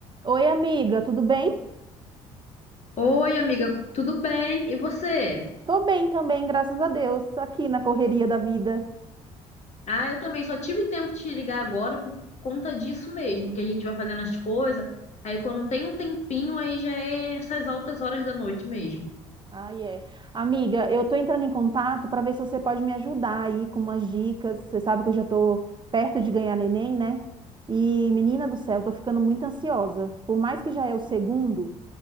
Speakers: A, on the right (about 30°); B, on the left (about 50°).
A: Oi, amiga, tudo bem?
B: Oi, amiga, tudo bem? E você?
A: Tô bem também, graças a Deus, aqui na correria da vida.
B: Ah, eu também só tive tempo de te ligar agora por conta disso mesmo, que a gente vai fazendo as coisas. Aí quando tem um tempinho, aí já é essas altas horas da noite mesmo.
A: Ah, é. Amiga, eu tô entrando em contato para ver se você pode me ajudar aí com umas dicas. Você sabe que eu já tô perto de ganhar neném, né? E, menina do céu, eu tô ficando muito ansiosa. Por mais que já é o segundo,